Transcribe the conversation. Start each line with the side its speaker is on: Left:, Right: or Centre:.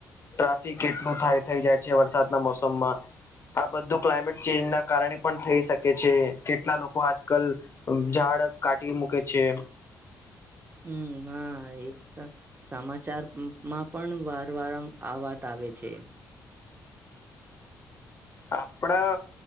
Left: ટ્રાફિક કેટલું થાય થઈ જાય છે વરસાદના મોસમમાં આ બધું ક્લાઇમેટ ચેન્જ ના કારણે પણ થઈ શકે છે કેટલા લોકો આજકાલ ઝાડ બાડક કાઢ મૂકે છે
Right: <inaudible> હમ હા એ સમાચારમાં પણ વાર વાર આમ આવવાતા લે છે
Left: આપણા